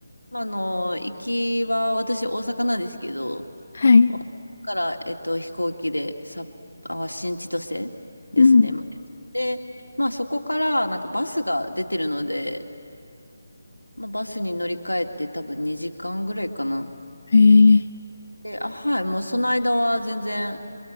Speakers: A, on the left (about 85°); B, on the left (about 50°).
A: まああのー行きは私大阪なんですけど、
B: はい。
A: 大阪から、えっと、飛行機でさ、あ、新千歳ですね。
B: うん。
A: まで、まあそこからなんかバスが出てるので、まあ、バスに乗り換えて多分2時間ぐらいかな。
B: へえ。
A: で、あ、はい、もうその間は全然